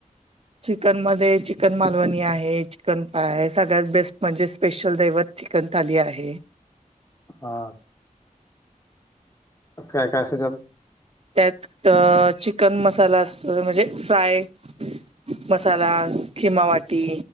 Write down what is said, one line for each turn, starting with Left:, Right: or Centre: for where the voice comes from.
Right: चिकनमध्ये, चिकन मालवणी आहे. चिकन फाय आहे. सगळ्यात बेस्ट म्हणजे स्पेशल दैवत चिकन थाली आहे.
Left: हा. काय काय असतय त्यात.
Right: त्यात, चिकन मसाला असतो, म्हणजे फ्राय
Left: <inaudible>
Right: मसाला, खिमा वाटी,